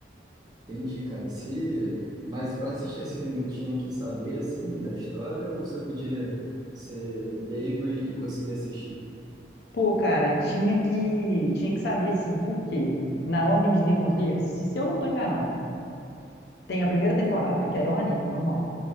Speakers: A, on the right; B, on the left.
A: Entendi, cara. Se... Mas para assistir esse filme, eu tinha que saber, assim, da história, ou você podia ser leigo e, e conseguir assistir?
B: Pô, cara, tinha que, tinha que saber assim, por quê? Na ordem de Demon Slayer, se eu não tô enganado, Tem a primeira temporada, que aí é um anime, normal.